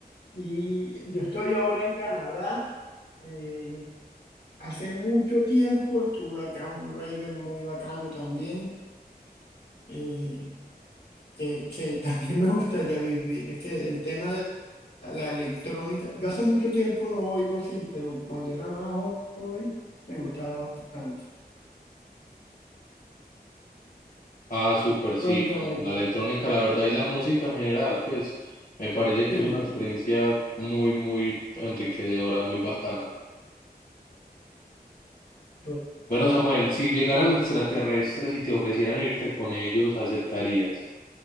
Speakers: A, on the left (about 80°); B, on the left (about 55°).
A: Y yo estoy ahora en Canadá. eh, hace mucho tiempo estuve acá en un Raven muy bacano también. eh, que, que <laughs> también me gustaría vivir. Es que el tema la electrónica. Yo hace mucho tiempo no oigo así, pero cuando era más joven me gustaba bastante.
B: Ah, súper, sí,
A: Cuéntame,
B: no, la electrónica, la verdad, y la música en general, pues me parece que
A: sí,
B: es una experiencia muy, muy enriquecedora, muy bacana.
A: tú-
B: Bueno, Samuel, si llegaran extraterrestres y te ofrecieran irte con ellos, ¿aceptarías?